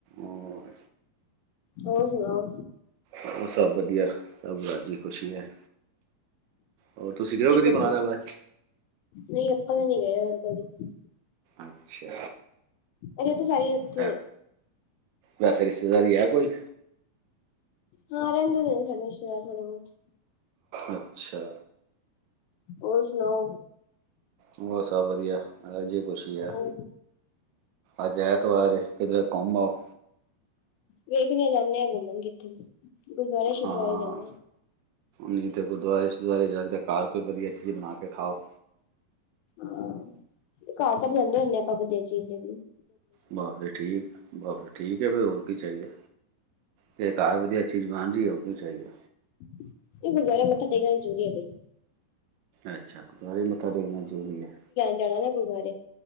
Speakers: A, on the right (about 75°); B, on the left (about 85°).
A: ਉਹ
B: ਹੋਰ ਸੁਨਾਉ?
A: ਹੋਰ ਸਭ ਵਧੀਆ ਸਭ ਰਾਜ਼ੀ ਖ਼ੁਸ਼ੀ ਹੈ। ਹੋਰ ਤੁਸੀਂ ਗਏ
B: ਕੀ
A: ਕਦੀ
B: ਕਰਦੇ
A: ਮੁਰਾਦਾਬਾਦ
B: ਹੋ ਨਈ ਆਪਾ ਤੇ ਨੀ ਗਏ ਹੁਣ ਕਦੀ।
A: ਅੱਛਾ
B: <unintelligible> ਸਾਰੀ ਉੱਥੇ
A: ਹੈ ਵੈਸੇ ਰਿਸ਼ਤੇਦਾਰੀ ਹੈ ਕੋਈ
B: ਹਾਂ ਰਹਿੰਦੇ ਨੇ ਸਾਡੇ ਰਿਸ਼ਤੇਦਾਰ ਥੋੜੇ ਬੌਤ।
A: ਅੱਛਾ
B: ਹੋਰ ਸੁਣਾਓ।
A: ਹੋਰ ਸਭ ਵਧੀਆ ਰਾਜੀ ਖੁਸ਼ੀ ਹੈ।
B: ਹੋਰ
A: ਅੱਜ ਐਤਵਾਰ ਹੈ ਕਿਧਰੇ ਘੁਮ ਆਓ।
B: ਵੇਖਨੇ ਆ ਜਾਨੇ ਆ ਘੁੰਮਨ ਕਿੱਥੇ। ਗੁਰਦੁਆਰੇ ਸ਼ੁਰਦੁਆਰੇ
A: ਹਾਂ।
B: ਜਾਂਦੇ ਆ
A: ਨੀ ਤੇ ਗੁਰਦੁਆਰੇੁ-ਸੂ਼ਰਦੁਆਰੇ ਜਾਂਦੇ, ਘਰ ਕੋਈ ਵਧੀਆ ਚੀਜ਼ ਬਣਾ ਕੇ ਖਾਓ।
B: ਹਾ ਘਰ ਤਾ ਬਨਾਂਦੇ ਹੁੰਦੇ ਆ ਆਪਾ ਵਦਿਆ ਚੀਜ਼ ਡੈਲੀ।
A: ਬਾ ਫਿਰ ਠੀਕ, ਬਾ ਫਿਰ ਠੀਕ ਏ ਫੇਰ ਹੋਰ ਕੀ ਚਾਹੀਦਾ ਤੇ ਘਾਰ ਵਧੀਆਂ ਚੀਜ਼ ਬਣਾਉਂਦੇ ਹੋ ਹੋਰ ਕਿ ਚਾਹੀਦਾ।
B: ਇਹ ਗੁਰਦੁਆਰਾ ਮੱਥਾ ਟਿਕ ਨਾ ਜ਼ਰੂਰੀ ਹੈ ਬਈ।
A: ਅੱਛਾ ਗੁਰਦੁਆਰੇ ਮੱਥਾ ਟੇਕਣਾ ਜਰੂਰੀ ਹੈ।
B: ਜਾਨਾ ਨੀ ਗੁਰਦੁਆਰੇ,